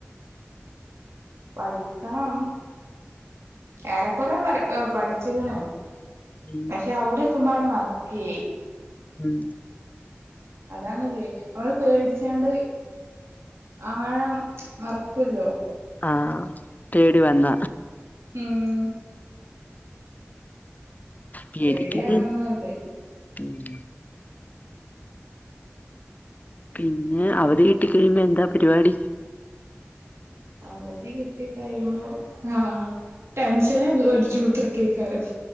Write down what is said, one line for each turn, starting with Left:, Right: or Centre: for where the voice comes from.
Right: പഠിക്കണം ഏറെകൊറേ ഏ പഠിച്ക്ക്ണ്.
Left: ഉം
Right: പക്ഷെ അവിടെ എത്തുമ്പാണ്ട് മറക്കേയ്.
Left: ഉം
Right: അതാണ് ല്ലേ, അവള് പേടിച്ചാണ്ട് ആഴം മറക്കുല്ലോ.
Left: ആ തേടി വന്ന
Right: ഉം
Left: പേടിക്കുന്നെ
Right: പേടിയാവ്ന്ന്ണ്ട്.
Left: ഉം പിന്നെ അവധി കിട്ടി കഴിയുമ്പോ എന്താ പരിപാടി?
Right: അവധി കിട്ടി കഴിയുമ്പോ ആ ടെൻഷന് അടിച്ചു കുത്തിർക്കേക്കാരം.